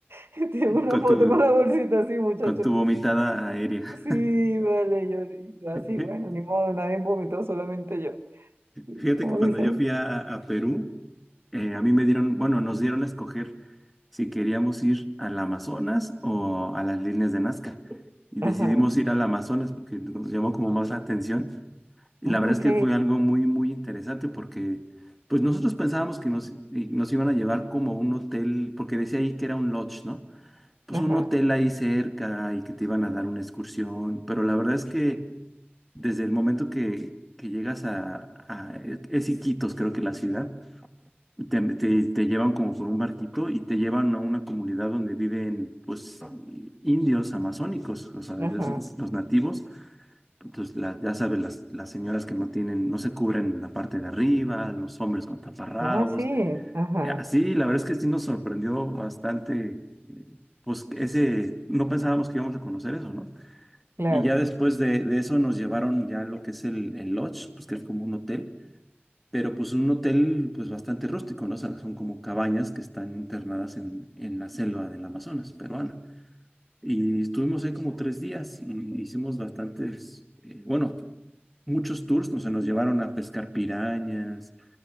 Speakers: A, on the right; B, in the centre.
A: <laughs> tienen una
B: Con
A: foto
B: tu,
A: con la bolsita así, muchachos.
B: con tu vomitada aérea.
A: Sí, vale, yo, yo así,
B: <laughs>
A: bueno, ni modo, nadie vomitó, solamente yo.
B: Fíjate
A: ¿Cómo
B: que cuando
A: dicen?
B: yo fui a, a Perú, eh, a mí me dieron, bueno, nos dieron a escoger si queríamos ir al Amazonas o a las líneas de Nazca. Y
A: Ajá.
B: decidimos ir al Amazonas porque nos llamó como más la atención. Y
A: Ah,
B: la verdad
A: ok.
B: es que fue algo muy, muy interesante porque, pues nosotros pensábamos que nos, y nos iban a llevar como a un hotel, porque decía ahí que era un lodge, ¿no? Pues
A: Ajá.
B: un hotel ahí cerca y que te iban a dar una excursión. Pero la verdad es que desde el momento que, que llegas a, a, es Iquitos, creo que la ciudad. Te, te- te llevan como por un barquito y te llevan a una comunidad donde viven pues eh, indios amazónicos, o sea, de
A: Ajá.
B: esos, los nativos. Entonces, la- ya sabes, las, las señoras que no tienen, no se cubren la parte de arriba, los hombres con taparrabos.
A: Ah, sí, ajá,
B: Eh, Así, la verdad es que sí nos sorprendió bastante, eh, pues ese, no pensábamos que íbamos a conocer eso, ¿no?
A: claro.
B: Y ya después de, de eso nos llevaron ya a lo que es el, el lodge, pues que es como un hotel pero pues un hotel pues bastante rústico, ¿no? O sea, son como cabañas que están internadas en, en la selva del Amazonas peruana. Y estuvimos ahí como tres días y hicimos bastantes, eh, bueno, muchos tours, no sé, nos llevaron a pescar pirañas,